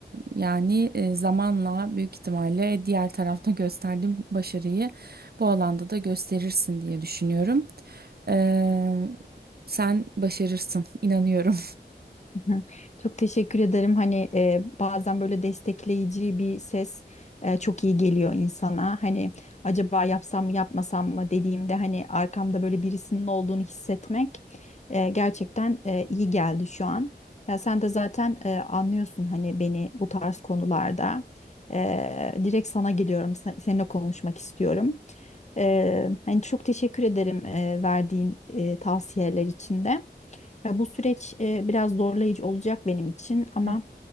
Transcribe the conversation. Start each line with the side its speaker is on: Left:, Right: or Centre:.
Right: yani e, zamanla büyük ihtimalle diğer tarafta gösterdiğim başarıyı bu alanda da gösterirsin diye düşünüyorum. Ee, sen başarırsın, inanıyorum.
Left: Hı hı. Çok teşekkür ederim. Hani e, bazen böyle destekleyici bir ses e, çok iyi geliyor insana. Hani acaba yapsam mı yapmasam mı dediğimde hani arkamda böyle birisinin olduğunu hissetmek e, gerçekten e, iyi geldi şu an. Ya sen de zaten e, anlıyorsun hani beni bu tarz konularda. E, direkt sana geliyorum. Sen- Seninle konuşmak istiyorum. E, hani çok teşekkür ederim e, verdiğin e, tavsiyeler için de. Ya bu süreç e, biraz zorlayıcı olacak benim için ama
Right: <laughs>